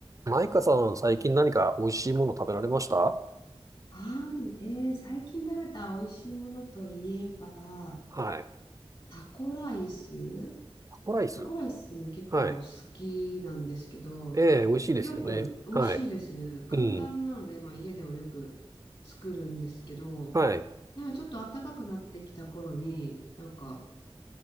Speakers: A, on the right (about 30°); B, on the left (about 55°).
A: マイカさん、最近何か美味しいもの食べられました
B: はい。えー、最近食べた美味しいものといえば、
A: はい。
B: タコライス
A: タコライス
B: タコライス結構好きなんですけど、
A: はい。ええ、美味しいですよね。
B: よく美味しいです。
A: はい。
B: 簡単なので、
A: うん。
B: まあ、家でもよく作るんですけど、
A: はい。
B: なんかちょっと暖かくなってきた頃に、なんか